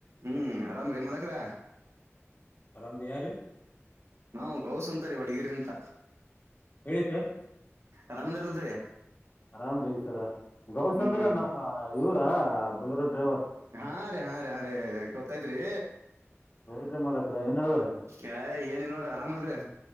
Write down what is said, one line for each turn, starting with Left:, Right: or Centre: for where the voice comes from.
Right: ಹ್ಮ್ ಆರಾಮ್ ರೀ ಮಲಕ್ರ
Left: ಅರಾಮ ಯಾರ
Right: ನಾ ಗೌಸ್ ಅಂತರಿೀ ವಡಗೇರಿಂತ
Left: ಹೇಳಿ ಸರ್
Right: ರರಾಮಂದಾರ್ಲ್ರಿ
Left: ಆರಾಮ್ ರೀ ಸರ ಗೌಸ್
Right: ಹ್ಮ್
Left: ಅಂದ್ರ ನಮ್ಮ ಇವರ ಬಲ್ಲರ ಡ್ರೈವರ್
Right: ಹಾ ರೀ ಹಾ ರೀ ಹಾ ರೀ ಗೊತ್ತೈತ್ರಿ
Left: ಹೇಳ್ರಿ ಮಾಲಕರ ಏನ್ ನಡವಾರೆ
Right: ಯ ಏನಿನ್ ನೋಡ್ರಿ ಆರಾಮ ಅಲ್ರರಿ